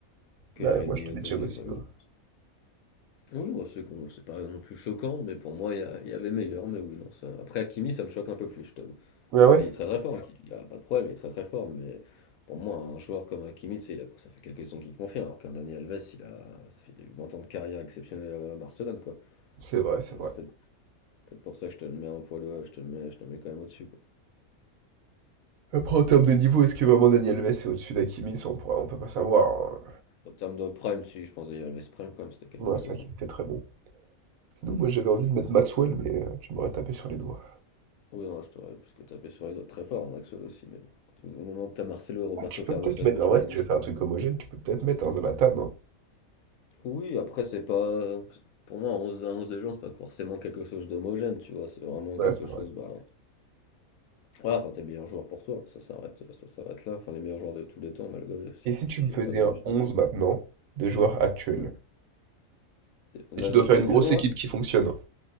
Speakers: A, on the left; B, on the right.
A: que
B: Ouais,
A: je l'ai
B: moi,
A: mis,
B: je te
A: euh,
B: mets
A: que
B: Thiago
A: je l'ai
B: Silva.
A: pas mis. Oui, bon, c'est con, c'est pas non plus choquant, mais pour moi, il y, a- il y avait meilleur, mais oui, non, ça. Après, Hakimi, ça me choque un peu plus, je t'avoue.
B: Ah
A: Parce
B: ouais?
A: qu'il est très très fort, Ouais. il n'y a pas de problème, il est très très fort, mais pour moi, un joueur comme Hakimi, tu sais, il a- ça fait quelques saisons qu'il confirme, alors qu'un Dani Alves, il a, ça fait- il a eu 20 ans de carrière exceptionnelle à Barcelone, quoi.
B: C'est vrai, c'est
A: Donc
B: vrai.
A: c'est peut-être peut-être pour ça que je te le mets un poil, au- je te le mets, je te le mets quand même au-dessus, quoi.
B: Après, en termes de niveau, est-ce que vraiment Daniel Alves est au-dessus d'Hakimi? Ça, on pourrait, on peut pas savoir. hein.
A: En termes de prime, si, je pense Dani Alves prime quand même, c'était quelque
B: Ouais,
A: chose.
B: c'est vrai qu'il
A: hein.
B: était très bon. Sinon, moi, j'avais envie de mettre Maxwell, mais euh, tu m'aurais tapé sur les doigts.
A: Oui, non, je t'aurais plus que tapé sur les doigts très fort, en Axel aussi, mais bon. Au moment que t'as Marcelo et Roberto
B: Ah, tu peux
A: Carlos
B: peut-être
A: à
B: mettre,
A: gauche
B: en vrai,
A: qui ont
B: si tu
A: existé.
B: veux faire un truc homogène, tu peux peut-être mettre un Zlatan, hein.
A: Oui, après, c'est pas. Pour moi, un 11 à 11 des gens, c'est pas forcément quelque chose d'homogène, tu vois. C'est vraiment
B: Ouais,
A: quelque
B: c'est vrai.
A: chose, bah, Ouais, enfin, tes meilleurs joueurs pour toi, ça s'arrête, ça s'arrête là. Enfin, les meilleurs joueurs de tous les temps, malgré si,
B: Et si tu
A: s'il
B: me faisais
A: n'y a pas d'homogénéité.
B: un 11 maintenant de joueurs actuels?
A: Mm. Là,
B: Et tu dois
A: De
B: faire
A: cette
B: une
A: saison-là,
B: grosse équipe qui fonctionne. hein.